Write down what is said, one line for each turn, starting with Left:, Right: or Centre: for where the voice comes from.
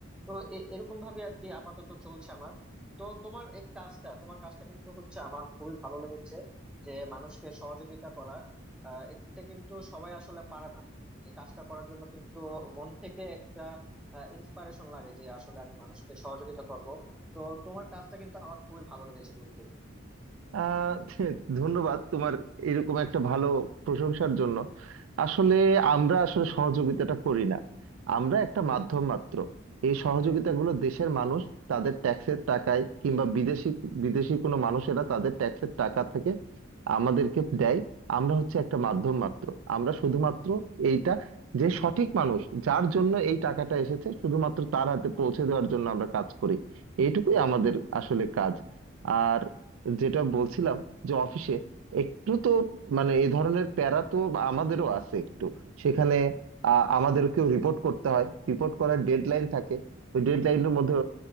Centre: তো এ- এরকম ভাবে আর কি আপাতত চলছে আমার তো তোমার এই কাজটা তোমার কাজটা কিন্তু হচ্ছে আমার খুবই ভালো লেগেছে যে মানুষকে সহযোগিতা করা আহ, এটা কিন্তু সবাই আসলে পারে না এই কাজটা করার জন্য কিন্তু মন থেকে একটা ইন্সপিরেশন লাগে যে আসলে আমি মানুষকে সহযোগিতা করব তো তোমার কাজটা কিন্তু আমার খুবই ভালো লেগেছে বন্ধু
Right: আহ <laughs> ধন্যবাদ তোমার এরকম একটা ভালো প্রশংসার জন্য আসলে আমরা আসলে সহযোগিতাটা করি না আমরা একটা মাধ্যম মাত্র এই সহযোগিতাগুলো দেশের মানুষ তাদের ট্যাক্সের টাকায় কিংবা বিদেশি বিদেশি কোনো মানুষেরা তাদের ট্যাক্সের টাকা থেকে আমাদেরকে দেয় আমরা হচ্ছে একটা মাধ্যম মাত্র আমরা শুধুমাত্র এইটা যে সঠিক মানুষ যার জন্য এই টাকাটা এসেছে শুধুমাত্র তার হাতে পৌঁছে দেওয়ার জন্য আমরা কাজ করি এইটুকুই আমাদের আসলে কাজ আর যেটা বলছিলাম যে অফিসে একটু তো মানে এই ধরনের প্যারা তো আমাদেরও আছে একটু সেখানে আ- আমাদেরকেও রিপোর্ট করতে হয় রিপোর্ট করার ডেডলাইন থাকে ওই ডেডলাইনের মধ্যে